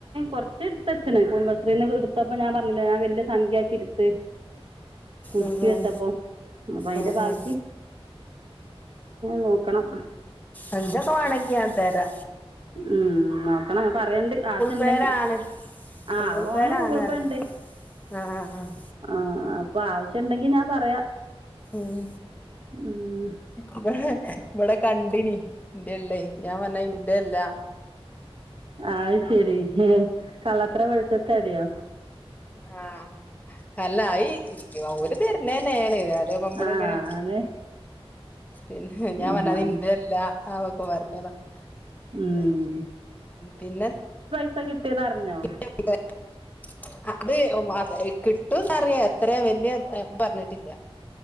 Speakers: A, on the right; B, on the left.
A: കുറച്ച്ട്ത്തെച്ച്ണ് കുടുംബശ്രീന്ന് എടുത്തപ്പോ ഞാൻ പറഞ്ഞില്ലെ ഞാൻ വ. ല്യ സംഖ്യ ആക്കി ട്ത്ത് പുതുക്കി
B: ഉം ഉം,
A: വെച്ചപ്പോ അപ്പൊ അതിന്റെ
B: ഉം,
A: ബാക്കി
B: ഉം.
A: നോ <unintelligible> ആക്കണം
B: അഞ്ചോക്ക വാണങ്കി ഞാൻ ത്തരാ
A: ം നോക്കണം ഞാൻ പറെണ്ട് ആവശ്യണ്ടെങ്കി
B: പേയിലാണ് ഗൂഗിൾ
A: ആ
B: പേയിലാണ്
A: ഓന്ഗൂഗ്ൾ
B: പറയും
A: പേ ണ്ട്
B: ആഹ് ആഹ് ആഹ്
A: ആ അപ്പൊ ആവശ്യണ്ടെങ്കി ഞാൻ പറയാം
B: ഉം
A: ഉം
B: അത് ഇവിടെ കണ്ടിനി ഇന്റെയല്ലെ ഞാൻ പറഞ്ഞു അത് ഇന്റെല്ല
A: ആ അത് ശരി കള്ളത്തരം വൾതാടിയോച്ചത്താട്യോ?
B: ആ അല്ല ഇനിക്ക് ഓല് തെരുന്നന്നെണ്. ത്പ്പൊ ഞമ്മള്ങ്ങനെ
A: ആ ആണ്
B: പിന്നെ ഞാൻ
A: ഉം
B: പറഞ്ഞ അത് ഇന്റെല്ല അവൊക്കെ പറഞ്ഞതാ
A: ഉം
B: പിന്നെ പിന്നെ
A: പ്പ കിട്ടിയതറിഞ്ഞോ
B: <unintelligible> അത് കിട്ടുന്നറിയ എത്ര വല്യയ പറഞ്ഞിട്ടില്ല